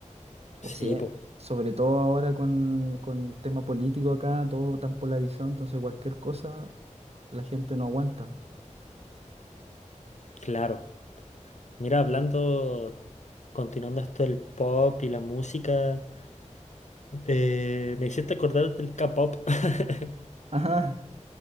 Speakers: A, on the right (about 55°); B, on the left (about 65°).
A: O
B: Sí,
A: sea,
B: pues,
A: sobre todo ahora con, con el tema político acá, todo tan polarizado, entonces cualquier cosa la gente no aguanta.
B: claro. Mira, hablando, continuando esto del pop y la música, eh, me hiciste acordar del K-pop. <laughs>
A: Ajá,